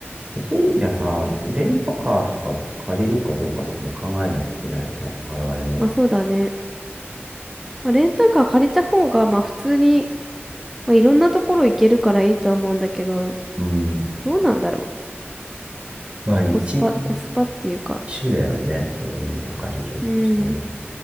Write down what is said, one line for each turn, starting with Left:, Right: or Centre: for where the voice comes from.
Right: う。そういう意味ではさ、レンタカーとか借りるかどうかとかも考えないといけないよね。我々も。
Centre: まあ、そうだね。まあ、レンタカー借りた方が、まあ、普通に、まあ、いろんなところ行けるからいいとは思うんだけど、
Right: うん。
Centre: どうなんだろう。
Right: まあ、一
Centre: コスパ、コスパっていうか。
Right: 日だよね。そういう意味じゃ借りるとしても。
Centre: うん。